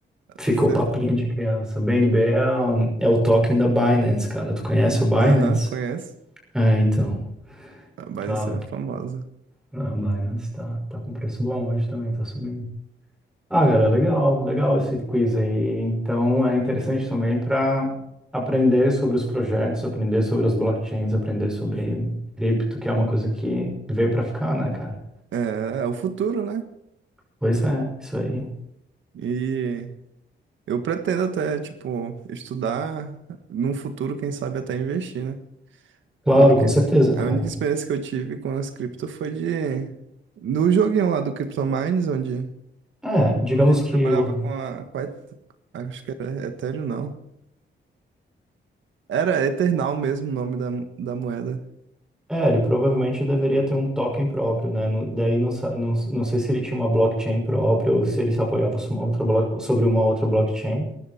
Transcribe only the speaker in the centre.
ficou
papinha de criança. BNB é, o- é o token da Binance, cara. Tu conhece a Binance?
É, então.
Tá.
A Binance tá, tá com preço bom hoje também, tá subindo. Ah, cara, legal, legal esse quiz aí. Então é interessante também para aprender sobre os projetos, aprender sobre as blockchains, aprender sobre cripto, que é uma coisa que veio para ficar, né, cara?
Pois é, isso aí.
Claro,
com certeza, cara.
É, digamos
que o...
é, ele provavelmente deveria ter um token próprio, né? No- Daí não, sa- não, não sei se ele tinha uma blockchain própria ou se ele se apoiava sobre uma outra, blo- sobre uma outra blockchain.